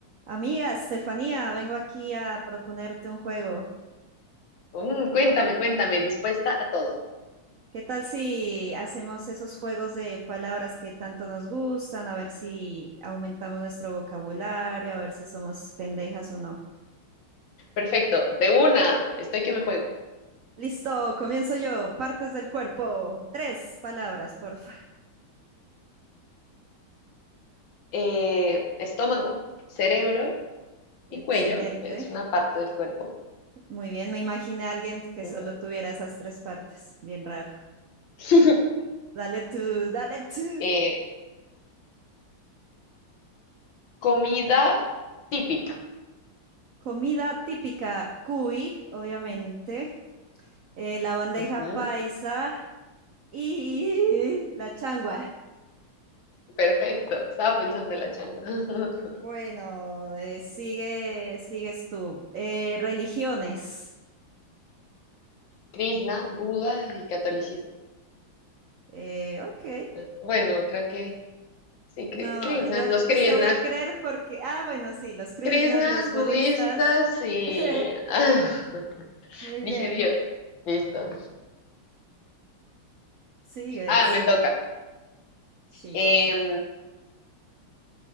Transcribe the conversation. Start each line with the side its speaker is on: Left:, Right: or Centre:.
Right: Amiga Estefanía, vengo aquí a proponerte un juego.
Left: Mm, cuéntame, cuéntame, dispuesta a todo.
Right: ¿Qué tal si hacemos esos juegos de palabras que tanto nos gustan? A ver si aumentamos nuestro vocabulario, a ver si somos pendejas o no.
Left: Perfecto, de una, estoy que me juego.
Right: Listo, comienzo yo. Partes del cuerpo. Tres palabras, porfa.
Left: Eh, estómago, cerebro y
Right: Excelente.
Left: cuello, es una parte del cuerpo.
Right: Muy bien, me imaginé a alguien que
Left: Ujú.
Right: solo tuviera esas tres partes. Bien raro.
Left: <laughs>
Right: Dale tú, dale tú.
Left: Eh, comida típica.
Right: Comida típica, cuy, obviamente. eh, la bandeja
Left: Ujú,
Right: paisa y la changua.
Left: Perfecto, estaba pensando en la changua. <laughs>
Right: Bueno, eh, sigue, sigues tú. Eh, religiones.
Left: Krishna, Buda y catolicismo.
Right: Eh, ok.
Left: Ah, Bueno, creo que sí, Kri-
Right: No,
Left: Krishnas,
Right: yo
Left: los
Right: lo-
Left: Krishnas.
Right: pues te voy a creer porque, ah, bueno, sí, los krishnas,
Left: Krishnas,
Right: los budistas.
Left: budistas y...
Right: <laughs>
Left: <laughs>
Right: Muy
Left: Dije
Right: bien.
Left: Dios. Listo.
Right: Sigues.
Left: Ah, me
Right: mi-
Left: toca.
Right: Sí,
Left: Em,
Right: sí, sí.